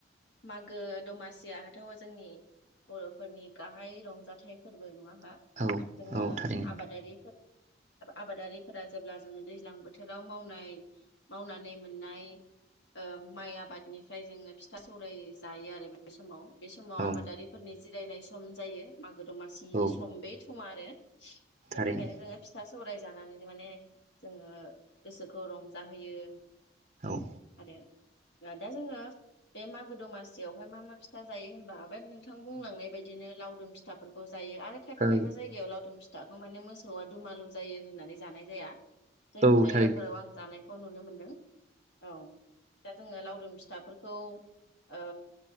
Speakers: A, on the left; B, on the right.
A: मागो दमासियाथ' जोंनि बर'फोरनि गाहाय रंजाथाइ फोरबो नङा बा
B: औ
A: जोङो
B: औ थारैनो
A: आबादारि आबादारिफोरा जेब्ला जों दैज्लां बोथोराव मावनाय मावनानै मोननाय ओ माइ आबादनिफ्राय जोङो फिथा सौराइ जायो आरो बे समाव बे समाव आबादारिफोरनि
B: औ
A: जिरायनाय सम जायो मा गो दमासि
B: औ
A: सम बे सुमार आरो
B: थारैनो
A: बेनिखायनो जोङो फिथा सावराय जानानै माने जोङो गोसोखौ रंजाहोयो।
B: औ
A: आरो दा जोङो बे मागो दमासियावहाय मा मा फिथा जायो होनबा नों थां बुंलांनाय बायदिनो लाव फिथाफोरखौ जायो आरो खायफा
B: औ
A: खायफा जायगायाव लावदुम फिथा फिथाखौ माने मोसौआ दुमालु जायो होननानै जानाय जाया। जोंनि
B: औ
A: जायगाफोराव
B: थारैनो
A: आं जानाय खौ नुनो मोन्दों। औ दा जोङो लावदुम फिथाफोरखौ ओ